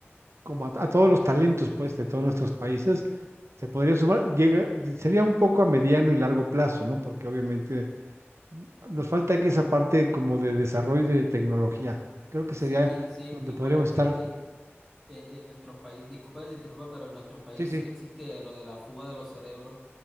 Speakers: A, on the right; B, in the centre.
A: como a, a todos los talentos, pues, de todos nuestros países, se podrían sumar, llega, sería un poco a mediano y largo plazo, ¿no? Porque obviamente nos falta aquí esa parte como de desarrollo de tecnología. Creo que sería
B: Sí, y, sí,
A: donde
B: igual
A: podríamos
B: es
A: estar.
B: que en, en, en nuestros países, disculpa que te interrumpa, pero en nuestros países
A: Sí, sí,
B: existe lo de la fuga de los cerebros.